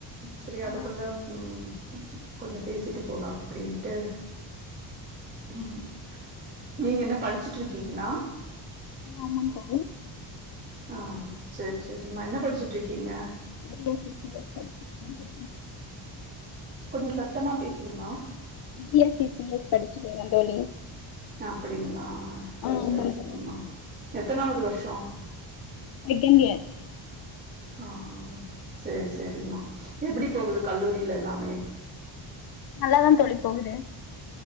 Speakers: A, on the right; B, on the left.
A: சரி
B: ஆ
A: அதுக்குள்ள ம் கொஞ்ச பேசிட்டு போலா அப்டின்ட்டு ம் நீங்க என்ன படிச்சிட்ருக்கீங்ளா
B: ஆமாங் தோழி
A: ஆ சேர் செரிம்மா என்ன படிச்சிட்ருக்கீங்க
B: B S C C S படிச்சிட்ருக்கே தோழி.
A: கொஞ்ச சத்தமா பேசுங்கமா
B: B S C C S படிச்சிட் இருக்க தோழி
A: அப்படிங்ளா
B: ஆ ஆமாம்
A: சரி சரி
B: தோழி
A: மா எத்தனாவது வர்ஷோ
B: செகன்ட் இயர்
A: ஆ சேரி செரிமா எப்டி போகுது கல்லூரில எல்லாமே
B: நல்லாதா தோழி போகுது